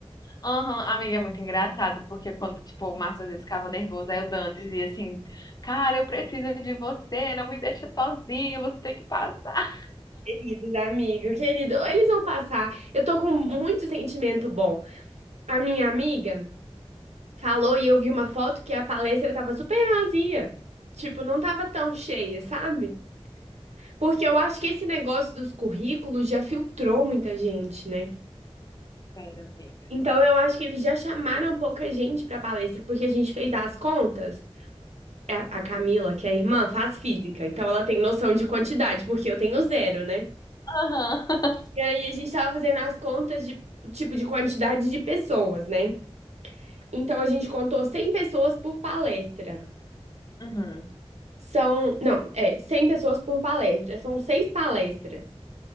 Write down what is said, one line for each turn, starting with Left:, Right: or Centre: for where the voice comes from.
Left: Aham, amiga, é muito engraçado, porque quando, tipo, o Marcos às vezes ficava nervoso, aí o Dan dizia assim, cara, eu preciso de você, não me deixa sozinho, você tem que passar.
Right: Queridos, amigo, querido, eles vão passar. Eu tô com muito sentimento bom. A minha amiga falou e eu vi uma foto que a palestra tava super vazia. Tipo, não tava tão cheia, sabe? Porque eu acho que esse negócio dos currículos já filtrou muita gente, né?
Left: Pera, amiga.
Right: Então eu acho que eles já chamaram pouca gente pra palestra, porque a gente fez as contas. A a Camila, que é a irmã, faz física, então ela tem noção de quantidade, porque eu tenho zero, né?
Left: Aham. <laughs>
Right: E aí a gente tava fazendo as contas de tipo de quantidade de pessoas, né? Então a gente contou 100 pessoas por palestra.
Left: Uhum.
Right: São, não, é, 100 pessoas por palestra. São seis palestras.